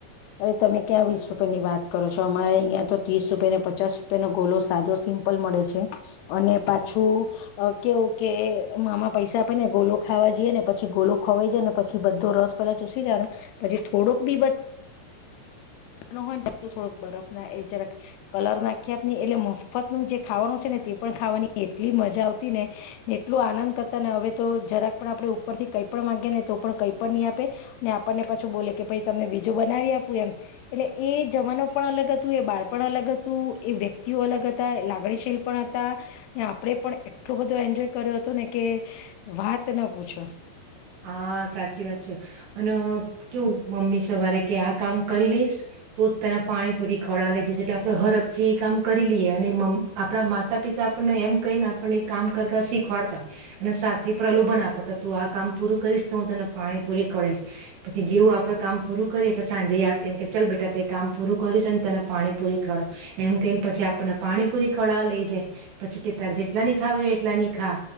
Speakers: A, on the left; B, on the right.
A: અરે તમે ક્યાં વીસ રૂપિયા ની વાત કરો છો અમારે અહિયાં તો ત્રીસ રૂપિયા ને પચાસ રૂપિયાનોો ગોલો સાદો સિમ્પલ મળે છે અને પાછું કેવું કે મામા પૈસા આપે ને ગોલો ખાવા જઈએ ને પછી ગોલો ખોવાઈ જાય ને પછી બધો રસ પેલા ચૂસી જાય ને પછી થોડોક બી હોયને થોડોક બરફ ના એ જરાક કલર નાખી આપ એટલે મફત નું જે ખાવાનું છે ને તે પણ ખાવાની એટલી મજા આવતી ને એટલો આનંદ કરતા ને હવે તો જરાક પણ આપણેે ઉપરથી કંઈ પણ માંગ્યા ને તો પણ કંઈ પણ નહી આપે અને આપણને પાછું બોલે કે ભાઈ તમને જો બનાવી આપું એમ એટલે એ જવાનો પણ અલગ હતું એ બાળ પણ અલગ હતું એ વ્યક્તિઓ અલગ હતા એ લાગણીશીલ પણ હતા આપણેે પણ એટલો બધો એન્જોય કર્યો હતો ને કે વાત ન પૂછો
B: હા સાચી વાત છે અને કેવું મમ્મી સવારે કે આ કામ કરી લઈશ તો તેના પાણી પૂરી ખળવા લઈ જશ એટલે આપણે હર અખ થી એ કામ કરી લઈએ અને આપણા માતા પિતા આપણને એમ કહી ને આપણને એ કામ કરતા શીખવાડતા અને સાથે પ્રલોભન આપે કે તું આ કામ પૂરું કરીશ તો હું તને પાણી પૂરી ખડીશ પછી જેવું આપડે કામ પૂરું કરીએ એટલે સાંજે યાદ કરી કે ચાલ બેટા તે કામ પૂરું કર્યું છે ને તને પાણી પૂરી ખડાવ એ હું કહીને પછી આપણને પાણી પૂરી ખવડાવવા લઈ જાય પછી કે તારે જેટલા ની ખાવી હો એટલાની ખા